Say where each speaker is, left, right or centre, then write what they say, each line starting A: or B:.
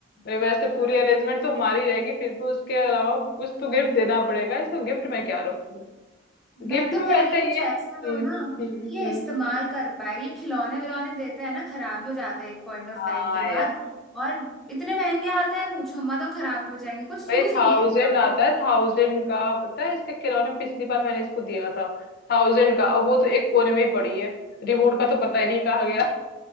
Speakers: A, in the centre; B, on the left.
A: हाँ
B: वैसे
A: यार
B: पूरी अरेंजमेंट तो हमारी रहेगी फिर भी उसके अलावा कुछ तो गिफ्ट देना पड़ेगा इसमें गिफ्ट में क्या रखूं गिफ्ट
A: मैं तो
B: में
A: कह
B: वैसे
A: रही हूँ कुछ
B: ये हम्म
A: ऐसा दो ना
B: हम्म
A: कि ये
B: हम्म
A: इस्तेमाल कर पाए ये खिलौने विलौने देते हैं ना खराब भी हो जाते हैं एक पॉइंट ऑफ
B: हाँ
A: टाइम के
B: यार
A: बाद और इतने महंगे आते हैं पूछो अम्मा तो खराब भी हो जाएंगे कुछ
B: भाई
A: यूज ही
B: थाउजेंड
A: नहीं है इनका
B: आता है थाउजेंड का पता है इसके खिलौने में पिछली बार मैंने इसको दिया था थाउजेंड का अब वो तो एक कोने में ही पड़ी है रिमोट का तो पता ही नहीं कहाँ गया